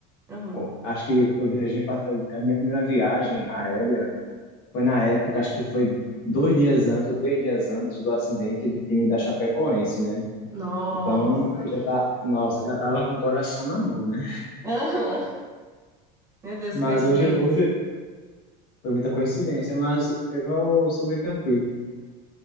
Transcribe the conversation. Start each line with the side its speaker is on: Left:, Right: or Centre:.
Right: Uhum.
Left: co- acho que eu viajei, pra- eu- a minha primeira viagem aérea foi na época, acho que foi dois dias antes ou três dias antes do acidente do time da Chapecoense, né?
Right: Nossa.
Left: Então, eu
Right: <laughs>
Left: já tá, nossa, eu já tava com o coração na mão, né?
Right: Aham. Meu Deus,
Left: Mas
Right: coincidente.
Left: hoje, hoje foi muita coincidência, mas eu sou bem tranquilo.